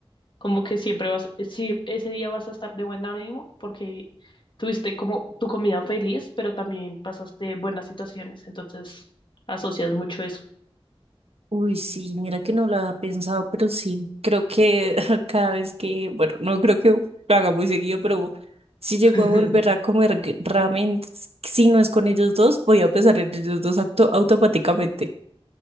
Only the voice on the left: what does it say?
Como que siempre vas, si ese día vas a estar de buen ánimo porque tuviste como tu comida feliz, pero también pasaste buenas situaciones. Entonces, asocias mucho eso.
<laughs>